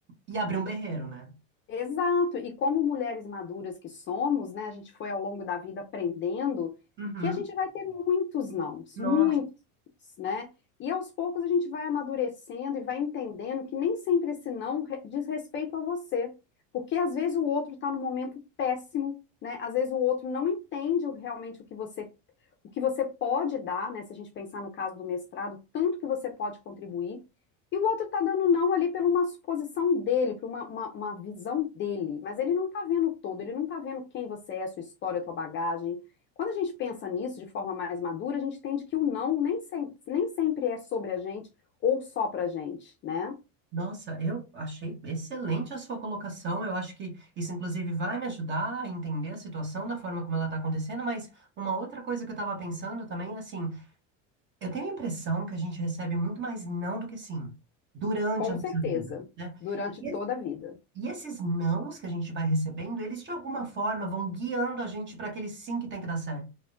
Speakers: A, on the right; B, on the left.
A: e abrir um berreiro, né?
B: Exato. E como mulheres maduras que somos, né, a gente foi ao longo da vida aprendendo
A: Uhum.
B: que a gente vai ter muitos nãos,
A: Nossa.
B: muitos, né? E aos poucos a gente vai amadurecendo e vai entendendo que nem sempre esse não re- diz respeito a você, porque às vezes o outro está num momento péssimo, né? Às vezes o outro não entende o- realmente o que você o que você pode dar, né? Se a gente pensar no caso do mestrado, tanto que você pode contribuir. E o outro está dando não ali pela uma suposição dele, por uma, uma, uma visão dele. Mas ele não está vendo todo, ele não está vendo quem você é, sua história, sua bagagem. Quando a gente pensa nisso de forma mais madura, a gente entende que o não nem sempre, nem sempre é sobre a gente ou só pra gente, né?
A: Nossa, eu achei excelente a sua colocação. Eu acho que isso, inclusive, vai me ajudar a entender a situação da forma como ela está acontecendo. Mas uma outra coisa que eu estava pensando também é assim: eu tenho a impressão que a gente recebe muito mais não do que sim durante
B: Com
A: a nossa
B: certeza,
A: vida, né?
B: durante
A: E,
B: toda a vida.
A: e esses nãos que a gente vai recebendo, eles de alguma forma vão guiando a gente para aquele sim que tem que dar certo.